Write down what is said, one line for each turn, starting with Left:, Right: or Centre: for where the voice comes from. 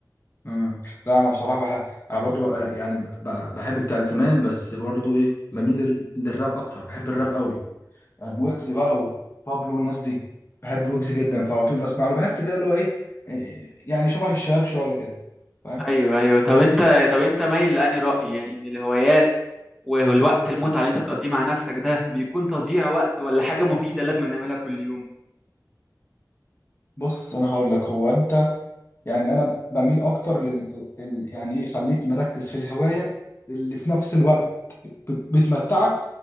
Left: مم. لا انا بصراحه بح... انا برضو بق... يعني ب... بحب بتاعت زمان بس برضو ايه بميل لل... للراب اكتر بحب الراب قوي يعني ويجز بقى وبابلو والناس دي بحب ويجز جدا فعلى طول بسمع له بحس كده اللي هو ايه إيه، يعني شبه الشباب شويه كده فاهم
Centre: ايوه ايوه طب انت طب انت مايل لاني رأي يعني ان الهوايات والوقت المتعة اللي انت بتقضيه مع نفسك ده بيكون تضييع وقت ولا حاجة مفيدة لازم نعملها كل يوم
Left: بص انا هقول لك هو انت يعني انا بميل اكتر لل ال... يعني ايه خليك مركز في الهوايه اللي في نفس الوقت بت... بتمتعك